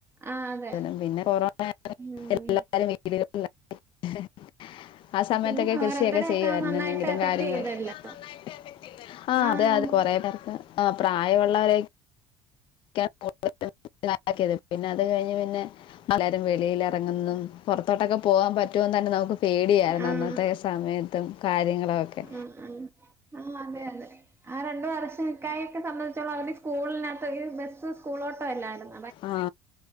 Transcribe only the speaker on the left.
<unintelligible> പിന്നെ കൊറോണ കാരണം
എല്ലാരും <unintelligible> <unintelligible> ആ സമയത്തൊക്കെ
കൃഷി
എക്കെ ചെയ്യ്തായിരുന്നു
എന്തെങ്കിലും
കാര്യങ്ങൾ
കൊറോണ ഒക്കെ നന്നായിട്ട് എഫക്റ്റ് ചെയ്തിലെ ആ
അതെ അതെ കൊറെ കാര്യത്തെ പ്രായൊള്ളവരൊ <inaudible> പിന്നെ അത് കഴിഞ്ഞു പിന്നെ എല്ലാരും വെളിയിൽ ഇറങ്ങുന്നും പൊറത്തോട്ടൊക്കെ പോവാൻ പറ്റോന്ന് തന്നെ നമ്മുക്ക് പേടിയായിരുന്നു
അന്നത്തെ സമയ ത്തും കാര്യങ്ങളൊക്കെ
ആ